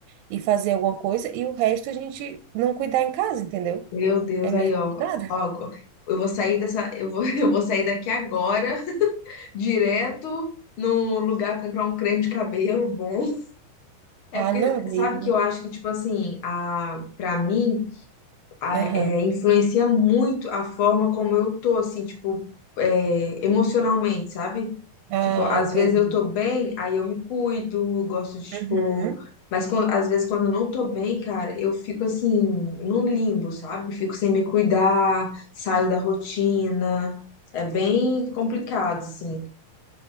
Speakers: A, on the right; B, on the left.
A: e fazer alguma coisa, e o resto a gente não cuidar em casa, entendeu?
B: Meu Deus,
A: É mesmo
B: aí, ó.
A: que nada.
B: Ó, eu vou sair dessa, eu vou, <laughs> eu vou sair daqui agora, direto num lugar comprar um creme de cabelo bom. É
A: Ah,
B: porque
A: não, daí.
B: sabe que eu acho que tipo assim, a para mim a-
A: Aham.
B: é, influencia muito a forma como eu tô, assim, tipo, é, emocionalmente, sabe?
A: Ah,
B: Tipo, às
A: entendi.
B: vezes eu tô bem, aí eu me cuido, gosto de, tipo.
A: Uhum.
B: Mas quando- às vezes quando eu não tô bem, cara, eu fico assim, num limbo, sabe? Fico sem me cuidar, saio da rotina. É bem complicado, assim.